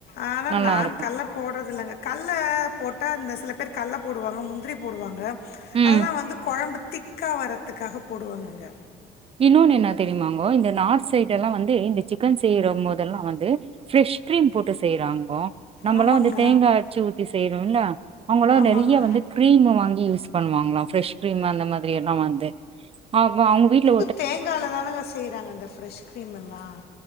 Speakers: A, on the left; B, on the right.
A: ஆனா
B: நல்லா
A: நான்
B: இருக்கு
A: கல்ல போடுறது இல்லங்க கல்ல போட்டா இந்த சில பேர் கல்ல போடுவாங்க முந்திரி போடுவாங்க
B: ம்
A: அதெல்லாம் வந்து குழம்பு திக்கா வர்ரதுக்காக போடுவாங்கங்க
B: இன்னோன்னு என்ன தெரியுமாங்கோ இந்த நார்த் சைட் எல்லாம் வந்து இந்த சிக்கன் செய்யற போதெல்லாம் வந்து ப்ரெஷ் கிரீம் போட்டு செய்யறாங்க நம்மல்லாம்
A: ஆமாங்க
B: வந்து தேங்காய் அறச்சு ஊத்தி செய்யறோம் இல்ல அவங்களாம்
A: ஆமாங்க
B: நிறைய வந்து கிரீம்மை வாங்கி யூஸ் பண்ணுவாங்களாம் ஃப்ரெஷ் கிரீம் அந்த மாதிரி எல்லாம் வந்து அ அவங்க வீடல
A: தேங்கால தானங்க செய்யறாங்க அந்த ப்ரெஷ் கிரீம் எல்லாம்